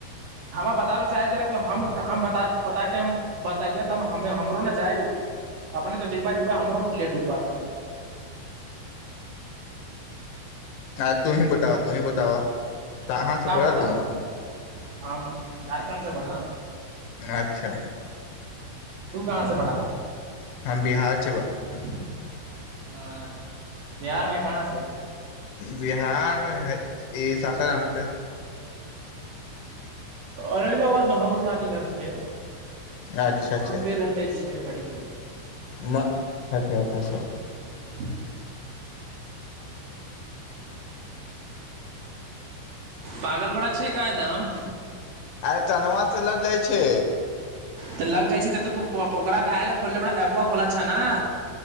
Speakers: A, on the right; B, on the left.
A: हमरा बताबै ल चाहै ल हम बता के हम बतेबे तब हमे हमरो ने जाइ अपने तऽ ज ब ज हमरो उ लेडूबबा तू
B: अ तोहीं बताओ तोही बताओ तऽ अहाँ
A: का
B: से बोल
A: बताउ
B: तू
A: हम झारखण्डसँ बढ़
B: अच्छा
A: तू कहाँसँ बड़ा
B: हम बिहार छै ब
A: अच्छा बिहारमे कहाँसँ
B: बिहारमे हइ ई सासारामसँ
A: औरङंगाबादमे हमरो नानी घर छै
B: अच्छा अच्छा
A: आंबे रहले छै बड़ी दूर
B: म पै पै
A: ह पागल बड़ा छै कायदम
B: आइ तऽनवाससँ लटि जाइ छै
A: तऽ लग जाइ छैऽ ओकरा कहाह ल खोले ए खोला छ ने